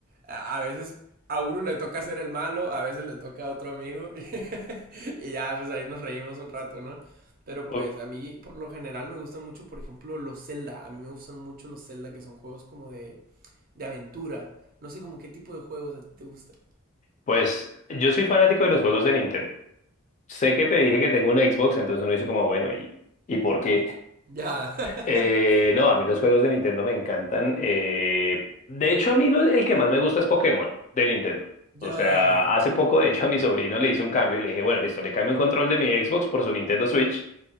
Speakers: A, on the right; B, on the left.
A: a a veces a uno le toca ser el malo, a veces le toca a otro amigo, <laughs> y ya, pues ahí nos reímos un rato, ¿no? Pero
B: Pu-
A: pues a mí por lo general me gustan mucho, por ejemplo, los Zelda. A mí me gustan mucho los Zelda, que son juegos como de, de aventura. No sé como qué tipo de juegos a ti te gustan.
B: Pues yo soy fanático de los juegos de Nintendo. Sé que te dije que tengo un Xbox, entonces uno dice como, bueno, ¿y, ¿y por qué?
A: Ya. <laughs>
B: Eh, no, a mí los juegos de Nintendo me encantan. eh, de hecho, a mí lo- el que más me gusta es Pokémon de Nintendo.
A: Ya.
B: O sea, hace poco, de hecho, a mi sobrino le hice un cambio. Le dije, bueno, listo, le cambio un control de mi Xbox por su Nintendo Switch.